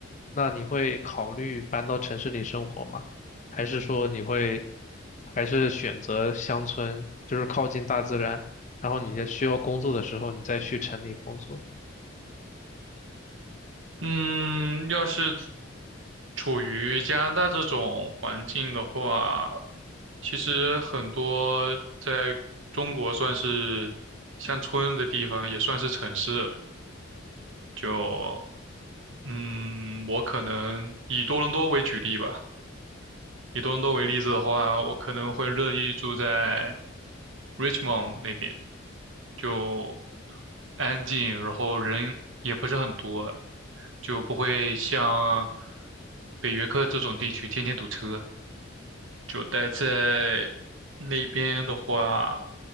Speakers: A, on the left (about 40°); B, on the right (about 75°).
A: 那你会考虑搬到城市里生活吗？还是说你会还是选择乡村，就是靠近大自然，然后你在需要工作的时候，你再去城里工作？
B: 嗯，要是处于加拿大这种环境的话，其实很多在中国算是乡村的地方，也算是城市了。就嗯，我可能以多伦多为举例吧。以多伦多为例子的话，我可能会乐意住在 Richmond 那边，就安静，然后人也不是很多，就不会像北约克这种地区天天堵车。就待在那边的话，